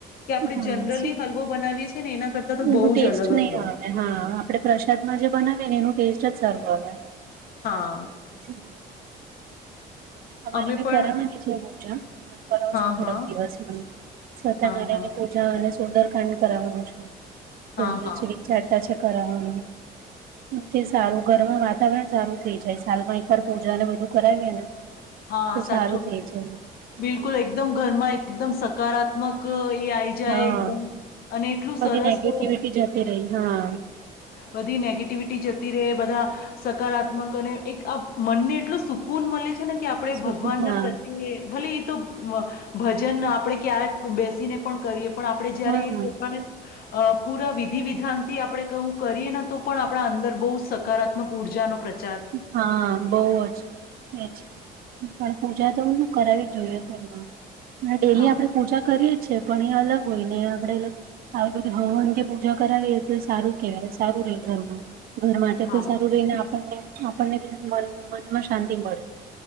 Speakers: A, on the left; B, on the right.
A: કે આપણે
B: હા
A: જનરલી
B: શું
A: હલવો બનાવીએ છે ને એના કરતા તો બો
B: એનું ટેસ્ટ
A: જ અલગ
B: નહી
A: હતો.
B: આવે હા આપડે પ્રસાદમાં જે બનાવીએ ને એનું ટેસ્ટ જ સારુ આવે.
A: હા
B: અચ્છા હમમ. અમારે
A: અમે
B: બી
A: પણ
B: કરવાની છે પૂજા અમના કરાવસુ
A: હા
B: થોડાક
A: હા
B: દિવસમાં સત્યનારાયણ
A: હા હા
B: ની પૂજા અને સુંદરકાંડ કરાવવાનું છે. તો
A: હા હા
B: એ જ વિચારતા છે. કરાવા ને તે સારું ઘરમાં વાતાવરણ સારું થઈ જાય સાલમાં એકવાર પૂજાને એ બધું કરાવીએ ને
A: હા
B: તો
A: સાચું
B: સારું
A: કઉ
B: થઈ
A: છું.
B: જાય.
A: બિલકુલ એકદમ ઘરમાં એકદમ સકારાત મકઈ એ આયી જાય
B: હા
A: એકદમ અને એટલું
B: બધી
A: સરસ
B: નેગેટિવિટી
A: અ
B: જતી રહી હા
A: બધી નેગેટિવિટી જતી રેહ બધા સકારાત્મક અને એક આ મનને એટલો સુકૂન મળે છે. ને કે આપણે
B: સુખ
A: ભગવાન
B: હા
A: ના પ્રત્યે ભલે તો ભજન આપણે ક્યાક બેસીને પણ કરીએ. પણ આપડે જયારે
B: હા
A: એ પોપાણે અ પૂરા વિધિ વિધાનથી આપણે કું કરીએ ને તો પણ આપણા અંદર બો સકારાત્મક ઉર્જાનો પત
B: હા બહ જ એજ પણ પૂજા તો હું કરાવવી જોઈયું ઘરમા ડેલી
A: હા
B: આપડે પૂજા કરીએે છે પણ એ અલગ હોય ને આપણેે આવીતે હવાવાન કે પૂજા કરાવીએ તો એ સારું કેવાય સારું રે ઘરમાં ઘર માટે
A: હા.
B: તોઈ સારું રહીને આપ અને આપણને બ મનમાં શાંતિ મળે,